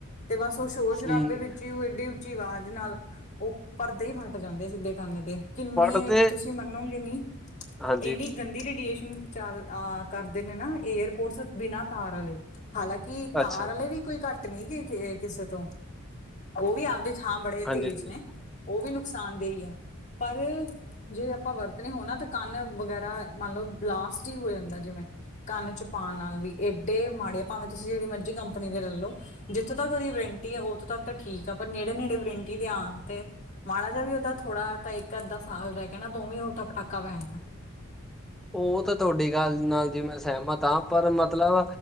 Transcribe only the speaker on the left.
ਤੇ ਬਾਸ ਉਹ ਸ਼ੋਰ-ਸ਼ਰਾਬੇ
ਵਿੱਚ ਹੀ ਅੋ ਏਡੀ। ਉੱਚੀ ਆਵਾਜ਼ ਨਾਲ ਅੋ ਪਰਦੇ ਈ ਫਾਟ ਜਾਂਦੇ, ਸਿੱਧੇ ਕੰਨ ਦੇ। ਕਿੰਨੇ
ਤੁਸੀਂ ਮੰਨੋਗੇ ਨੀ,
ਏਨੀ ਗੰਦੀ ਰੇਡੀਏਸ਼ਨ 'ਚਾਲ ਆ ਕਰ। ਦਿਨੇ ਨਾ ਏਅਰਪੋਰਟਸ ਬਿਨਾਂ ਤਾਰ ਵਾਲੇ, ਹਾਲਾਂਕਿ ਤਾਰ
ਵਾਲੇ ਵੀ। ਕੋਈ ਘੱਟ ਨੀ ਗੇ ਕਿਸੇ ਤੋਂ, ਓ ਵੀ ਆਪਦੀ ਥਾਂ ਬੜੇ
ਤੇਜ਼
ਨੇ। ਓ ਵੀ ਨੁਕਸਾਨ ਦੇਈ ਆ ਪਰ। ਜੇ ਅਪਾਂ ਵਰਤਣੇ ਹੋ ਨਾ ਤਾਂ ਕੰਨ ਵਗੈਰਾ ਮੰਨ ਲਓ ਬਲਾਸਟ ਹੀ ਹੋ ਜਾਂਦਾ, ਜਿਵੇਂ। ਕੰਨ 'ਚ ਪਾਣ ਨਾਲ ਵੀ ਏਡੇ ਮਾੜੇ, ਭਾਵੇਂ ਤੁਸੀਂ ਜੇੜੀ ਮਰਜ਼ੀ ਕੰਪਨੀ ਦੇ ਲੈ ਲੋ। ਜਿੱਥੋਂ ਤੱਕ ਉਦੀ ਵਰੰਟੀ ਆ ਉੱਥੋਂ ਤੱਕ ਤਾਂ ਠੀਕ ਆ ਪਰ ਨੇੜੇ-ਨੇੜੇ ਵਰੰਟੀ ਦੇ ਆਣ 'ਤੇ। ਮਾੜਾ ਜਾਵੀ ਉਦਾ ਥੋੜਾ ਇੱਕ-ਅੱਧਾ ਸਾਲ ਰੈ ਗਿਆ ਨਾ, ਦੋਵੇਂ ਉਦਾ ਪਟਾਕਾ ਪੈ ਜਾਣਾ।